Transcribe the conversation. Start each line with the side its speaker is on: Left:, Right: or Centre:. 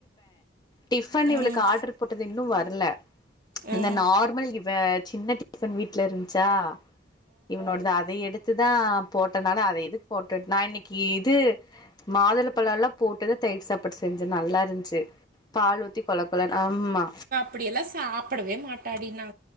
Left: டிஃபன் இவளுக்கு
Right: ம்,
Left: ஆர்டர் போட்டது இன்னு வரல இந்த
Right: ம்,
Left: நார்மல் இவ சின்ன டிஃபன் வீட்ல இருந்துச்சா இவனோடது அத எடுத்துதா போட்டனால அத எதுக்கு போட்ட நான் இன்னைக்கு இது மாதுளப்பழம் எல்லா போட்டுதா தயிர் சாப்பாடு செஞ்ச நல்லா இருந்துச்சு பாலூத்தி கொலக்கலன் ஆமா
Right: அப்படியெல்லா சாப்பிடவே மாட்டாடி நா